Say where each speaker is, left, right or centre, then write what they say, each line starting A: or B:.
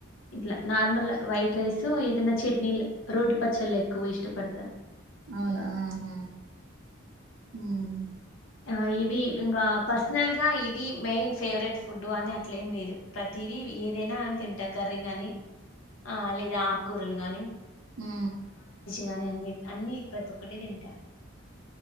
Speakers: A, on the left; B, on the right.
A: ఇట్ల నార్మల్ వైట్ రైస్ ఏదన్న చట్నీల్ రోటి పచ్చళ్ ఎక్కు ఇష్టపడ్త.
B: అవునా ఆహా మ్
A: ఆ ఇది ఇంకా పర్సనల్గా ఇది మెయిన్ ఫేవరెట్ ఫుడ్డు అని అట్లేం లేదు. ప్రతిదీ ఏదైనా తింటా కర్రీ గాని ఆ లేదా ఆకుకూరలు గాని
B: మ్
A: గాని అన్ని అన్ని ప్రతి ఒక్కటీ తింటా.